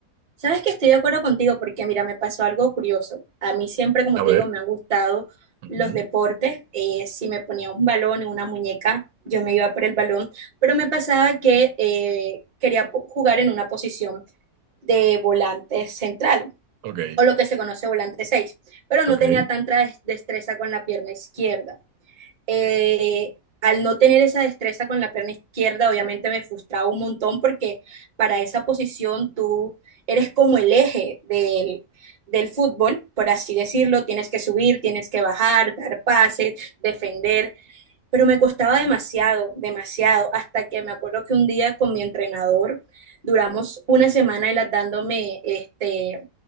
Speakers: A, on the right; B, on the right.
A: Sabes que estoy de acuerdo contigo porque, mira, me pasó algo curioso. A mí siempre, como
B: A
A: te
B: ver.
A: digo, me han gustado
B: Ujú.
A: los deportes. Eh, si me ponía un balón y una muñeca, yo me iba por el balón, pero me pasaba que eh, quería po- jugar en una posición de volante central
B: Ok,
A: o lo que se conoce volante 6. pero no
B: ok.
A: tenía tanta des- destreza con la pierna izquierda. eh, al no tener esa destreza con la pierna izquierda, obviamente me frustraba un montón porque para esa posición tú eres como el eje del, del fútbol, por así decirlo, tienes que subir, tienes que bajar, dar pases, defender, pero me costaba demasiado, demasiado, hasta que me acuerdo que un día con mi entrenador duramos una semana él dándome este